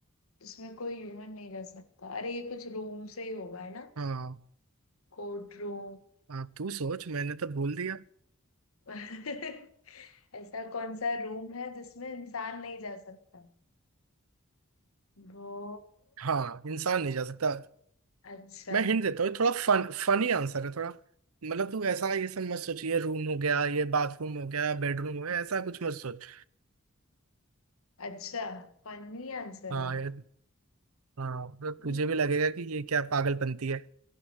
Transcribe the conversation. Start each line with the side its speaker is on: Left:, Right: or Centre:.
Left: जिसमें कोई ह्यूमन नहीं रह सकता अरे ये कुछ रूम से ही होगा है ना
Right: हाँ
Left: Court room
Right: हाँ तू सोच मैंने तो बोल दिया
Left: <laughs> ऐसा कौन सा रूम है जिसमें इंसान नहीं जा सकता वो
Right: हाँ इंसान नहीं जा सकता
Left: अच्छा
Right: मैं हिंट देता हूँ थोड़ा फन फनी आंसर है थोड़ा मतलब तू ऐसा ये सब मत सोच ये रूम हो गया ये बाथरूम हो गया बेडरूम हो गया ऐसा कुछ मत सोच
Left: अच्छा फनी आंसर
Right: हाँ
Left: है
Right: ये- हाँ तो तुझे
Left: हम्म,
Right: भी लगेगा कि ये क्या पागलपंती है